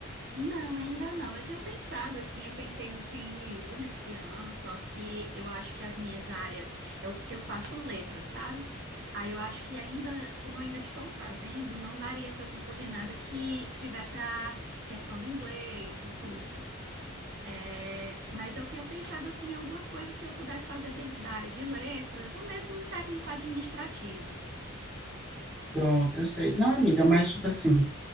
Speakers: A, on the right; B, in the centre.
A: Não, ainda não. Eu tenho pensado assim, eu pensei no CNU nesse ano, só que eu acho que as minhas áreas, eu que eu faço letras, sabe? Aí eu acho que ainda, como eu ainda estou fazendo, não daria para eu concorrer nada que tivesse a questão do inglês e tudo. É, mas eu tenho pensado assim em algumas coisas que eu pudesse fazer dentro da área de letras, ou mesmo um técnico administrativo.
B: Pronto, eu sei. Não, amiga, mas tipo assim.